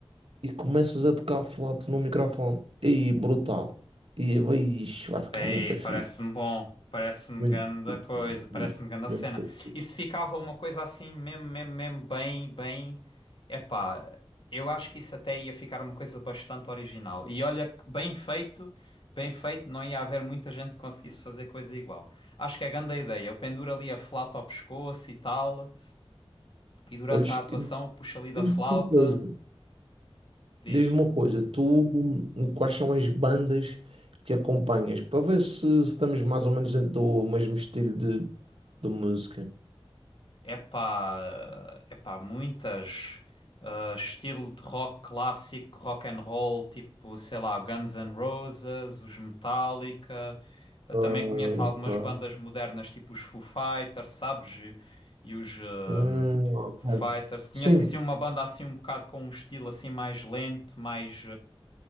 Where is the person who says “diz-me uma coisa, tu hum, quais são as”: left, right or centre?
Right